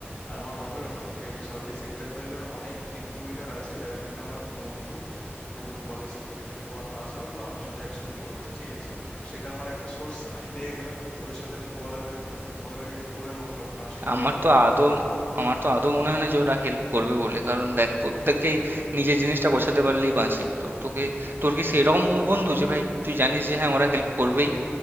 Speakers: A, on the left; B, on the right.
A: আর আমার কথাটা শোন ঠিক আছে সল্টলেক সেক্টর ফাইভের অনেক রিক্রুইটার আছে যারা কিনা আমার বন্ধু পুরনো কলেজ থেকে পড়া পাস আউট বা আমার সাথে একসাথে পড়েছে ঠিক আছে সেটা আমার একটা সোর্স আমি পেয়ে গেলাম ওদের সাথে আমি কোলাবের মানে কোলাবরেটিভ করে নেবো ফার্স্ট কয়েকটা
B: আমার তো আদৌ আমার তো আদৌ মনে হয় না যে ওরা হেল্প করবে বলে কারণ দেখ প্রত্যেকেই নিজের জিনিসটা গোছাতে পারলেই বাঁচে তো তোকে তোর কি সেই রকম বন্ধু যে ভাই তুই জানিস যে হ্যাঁ ওরা হেল্প করবেই